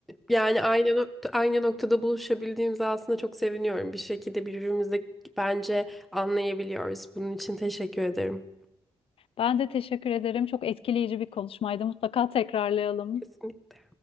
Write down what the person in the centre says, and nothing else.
Yani aynı nokta, aynı noktada buluşabildiğimize aslında çok seviniyorum. Bir şekilde birbirimizi bence anlayabiliyoruz. Bunun için teşekkür ederim.
Kesinlikle.